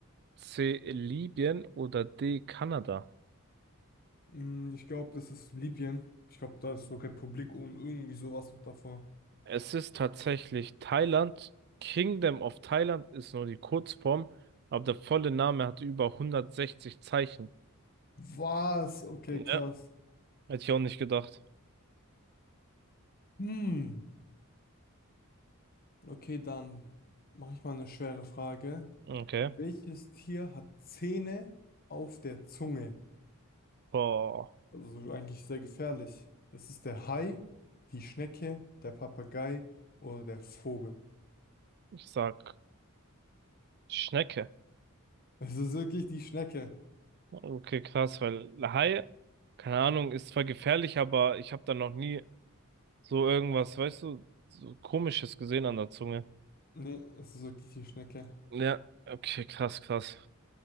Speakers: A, on the right (about 50°); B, on the left (about 45°).
A: C. Libyen oder D. Kanada?
B: Mm, ich glaube, das ist Libyen. Ich glaube, da ist so Republik und irgendwie sowas noch davor.
A: Es ist tatsächlich Thailand. Kingdom of Thailand ist nur die Kurzform, aber der volle Name hat über 160 Zeichen.
B: Was? Okay,
A: Ja,
B: krass.
A: hätte ich auch nicht gedacht.
B: Hm. Okay, dann mache ich mal eine schwere Frage.
A: Okay.
B: Welches Tier hat Zähne auf der Zunge?
A: Boah,
B: Also so eigentlich sehr gefährlich. Es ist der Hai, die Schnecke, der Papagei oder der Vogel.
A: ich sag Schnecke.
B: Es ist wirklich die Schnecke.
A: Okay, krass, weil Hai, keine Ahnung, ist zwar gefährlich, aber ich habe da noch nie so irgendwas, weißt du, so Komisches gesehen an der Zunge.
B: Nee, es ist wirklich die Schnecke.
A: Ja, okay, krass, krass.